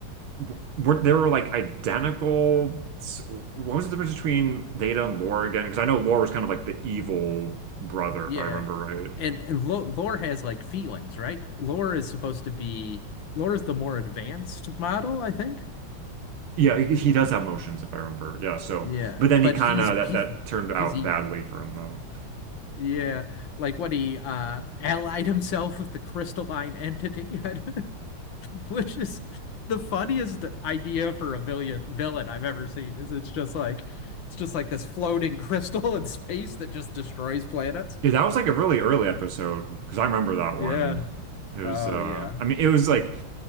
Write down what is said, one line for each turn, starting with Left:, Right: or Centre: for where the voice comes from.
Right: w- were they were like identical s- what was the difference between Data and lore again? Because I know lore was kind of like the evil brother,
Left: Yeah.
Right: if I remember right.
Left: And and Lo- Lore has like feelings, right? Lore is supposed to be Lore is the more advanced model, I think.
Right: Yeah, he he does have motions, if I remember. Yeah, so
Left: Yeah,
Right: but then
Left: but
Right: he kind
Left: he's
Right: of that
Left: he's
Right: that turned out
Left: he's evil.
Right: badly for him though.
Left: Yeah, like when he uh allied himself with the crystalline entity, <laughs> which is the funniest idea for a villain villain I've ever seen. Is it's just like it's just like this floating <laughs> crystal in space that just destroys planets.
Right: Yeah, that was like a really early episode because I remember that
Left: Yeah.
Right: one. It was
Left: Oh
Right: uh
Left: yeah.
Right: I mean it was like